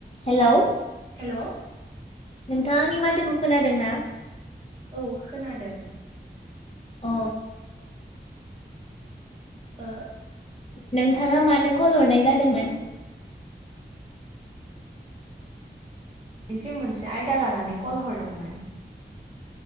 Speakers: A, on the left; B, on the right.
A: हेल'
B: hello
A: नोंथां आंनि माथोखौ खोनादों ना?
B: औ खोनादों
A: अ
B: ओ
A: नोंथाङा मानो कल हरनाय जादोंमोन
B: बिसे मोनसे आयदा लानानै कल हरदोंमोन